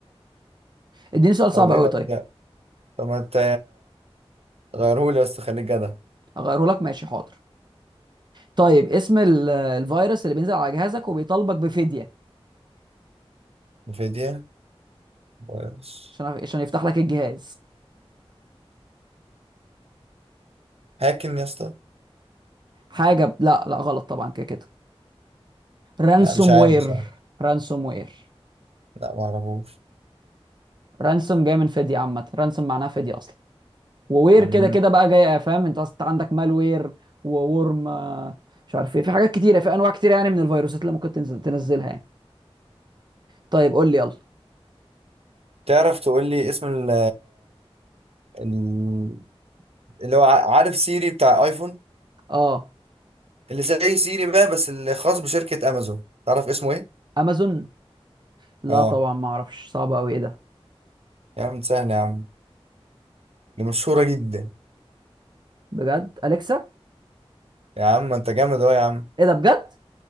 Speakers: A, on the right; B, on the right.
A: اديني سؤال صعب
B: طب ايه
A: قوي
B: ما
A: طيب
B: ت- طب ما انت غيرهولي بس خليك جدع
A: اغيره لك ماشي حاضر طيب اسم ال- الفيروس اللي بينزل على جهازك وبيطالبك بفدية
B: انفيديا فايروس
A: عشان عشان يفتح لك الجهاز
B: هاكن يا اسطى
A: حاجه ب... لا لا غلط طبعا كده كده رانسوم
B: لا مش عارف
A: وير
B: بصراحة
A: رانسوم وير
B: لا ما اعرفوش
A: رانسوم جايه من فديه عامه رانسوم معناها فديه اصلا ووير
B: طيب.
A: كده كده بقى جايه فاهم انت أصلاً عندك مالوير وورم آه، مش عارف ايه في حاجات كتيره في انواع كتيره يعني من الفيروسات اللي ممكن تنزل تنزلها يعني طيب قول لي يلا
B: تعرف تقول لي اسم ال ال- اللي هو ع- عارف سيري بتاع ايفون
A: اه
B: اللي زي سيري بقى بس اللي خاص بشركة امازون تعرف اسمه ايه؟
A: امازون لا
B: اه
A: طبعا ما اعرفش صعب قوي ايه ده
B: يا عم سهل يا عم دي مشهورة جدا
A: بجد اليكسا
B: يا عم انت جامد اهو يا عم
A: ايه ده بجد